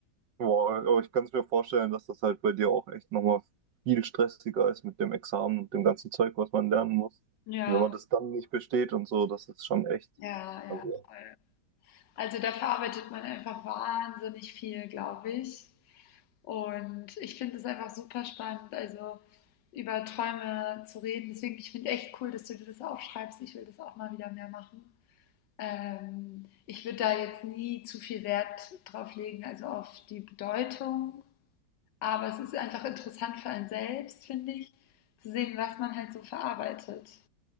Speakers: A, on the right (about 85°); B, on the left (about 85°).
A: boah, aber ich kann es mir vorstellen, dass das halt bei dir auch echt nochmal viel stressiger ist mit dem Examen und dem ganzen Zeug, was man lernen muss.
B: Ja,
A: Und wenn man das dann nicht besteht und so, das ist schon echt.
B: ja, ja,
A: Also,
B: voll. Also da verarbeitet man einfach wahnsinnig viel, glaube ich. Und ich finde es einfach super spannend, also über Träume zu reden. Deswegen, ich finde echt cool, dass du dir das aufschreibst. Ich will das auch mal wieder mehr machen. Ähm, ich würde da jetzt nie zu viel Wert drauf legen, also auf die Bedeutung. Aber es ist einfach interessant für einen selbst, finde ich, zu sehen, was man halt so verarbeitet.